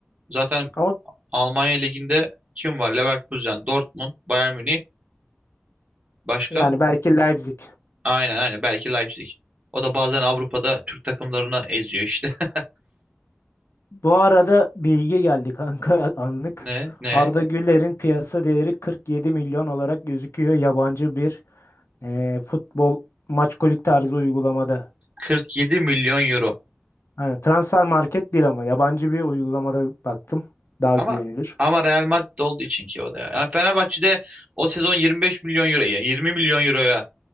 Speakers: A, on the right; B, on the left.
A: Zaten
B: Ama
A: Almanya Ligi'nde kim var? Leverkusen, Dortmund, Bayern Münih. Başka?
B: yani belki Leipzig.
A: Aynen aynen. Belki Leipzig. O da bazen Avrupa'da Türk takımlarını eziyor işte. <laughs>
B: Bu arada bilgi geldi kanka <laughs> anlık.
A: Ne? Ne?
B: Arda Güler'in piyasa değeri 47 milyon olarak gözüküyor yabancı bir eee, futbol maç kolik tarzı uygulamada.
A: 47 milyon euro.
B: Evet, transfer market değil ama yabancı bir uygulamada baktım. Daha
A: Ama
B: güvenilir.
A: ama Real Madrid olduğu için ki o da ya. Yani Fenerbahçe'de o sezon 25 milyon euro, yani 20 milyon euroya